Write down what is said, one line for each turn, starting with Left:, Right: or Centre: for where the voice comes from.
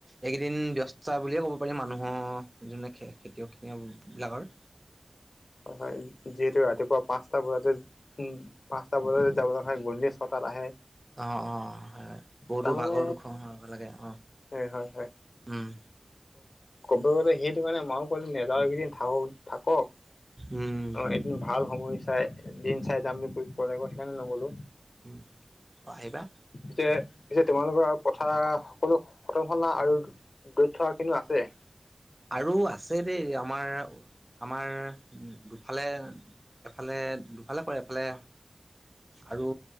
Right: এইকেইদিন ব্যস্তা বুলিয়ে ক'ব পাৰি মানুহৰ যোনে খে খেতিয়ক খিনিয় বিলাকৰ
Left: অ হয় যিহেতু ৰাতিপুৱা পাঁচটা বজাতে উম পাঁচটা বজাতে যাব লগা হয় গধূলি ছটাত আহে
Right: অ অ হয় বহুতো
Left: তাৰমানে
Right: ভাগৰ দুখৰ হয় লাগে অ
Left: হয় হয় হয়
Right: উম
Left: ক'ব গলে সেইটো কাৰণে মাও কলে নেযাওঁ এইকেইদিন থাওক‌ থাকক
Right: উম
Left: অ ভাল সময় চাই দিন চাই যাম বুলি কলে ক সেইকাণে নগলো
Right: উম অ আহিবা
Left: পিছে পিছে তোমালোকৰ আৰু পথাৰ সকলো খতম হ'ল না আৰু দৰিত থকা খিনি আছে
Right: আৰু আছে দেই আমাৰ আমাৰ দুফালে এফালে দুফালে কৰে এফালে আৰু